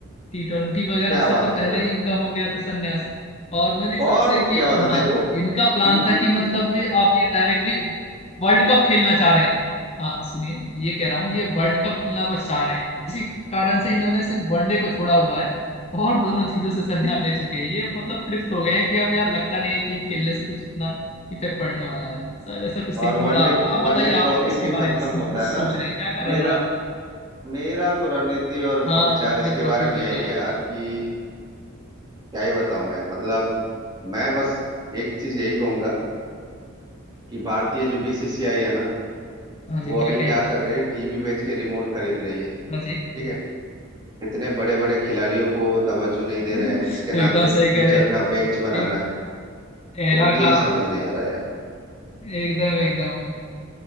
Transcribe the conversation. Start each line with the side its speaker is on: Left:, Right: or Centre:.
Left: टी ट्वेंटी वगैरह
Right: क्या
Left: से
Right: बात
Left: तो पहले
Right: कर रहे हो
Left: ही इनका हो गया था संन्यास और मेरे हिसाब
Right: फॉर्म
Left: से कि
Right: क्या होता
Left: हाँ
Right: है देखो
Left: इनका प्लान
Right: इनकी
Left: था कि
Right: इनकी
Left: मतलब ये आप ये डायरेक्टली वर्ल्ड कप खेलना चाह रहे हैं हाँ सुनिए ये कह रहा हूँ ये वर्ल्ड कप खेलना बस चाह रहे हैं इसी कारण से इन्होंने सिर्फ वनडे को छोड़ा हुआ है और दोनों चीजों से संन्यास ले चुके हैं ये मतलब तृप्त हो गए हैं कि अब यार लगता नहीं है कि खेलने से कुछ उतना इफेक्ट पड़ने वाला है शायद ऐसा कुछ
Right: और
Left: थिंकिंग
Right: वनडे
Left: रहा होगा आप
Right: वनडे
Left: बताइए
Right: ट्रॉफी
Left: आप क्या इसके
Right: भी
Left: बारे
Right: कम
Left: में
Right: कम
Left: मतलब
Right: होता
Left: सोच
Right: है ना
Left: रहे हैं क्या कारण
Right: मेरा
Left: रहा होगा
Right: मेरा तो रणनीति और
Left: हाँ
Right: विचार
Left: वनडे
Right: इसके
Left: ट्रॉफी
Right: बारे में
Left: भी
Right: यही
Left: कम
Right: है यार
Left: होता है
Right: कि क्या ही बताऊं मैं मतलब मैं बस एक चीज यही कहूंगा कि भारतीय जो बीसीसीआई है ना
Left: हाँ जी
Right: वो
Left: क्या
Right: अभी
Left: कहेंगे
Right: क्या कर रही है टीवी बेच के रिमोट खरीद रही है
Left: हाँ जी
Right: ठीक है इतने बड़े बड़े खिलाड़ियों को तवज्जो नहीं
Left: <laughs>
Right: दे रहे हैं इसके नाम
Left: एकदम
Right: पे
Left: सही
Right: कि फ्यूचर
Left: कह रहे हैं।
Right: का बेंच बनाना
Left: एक
Right: है तो
Left: एरा
Right: मुझे
Left: का
Right: ये समझ नहीं आ रहा यार
Left: एकदम एकदम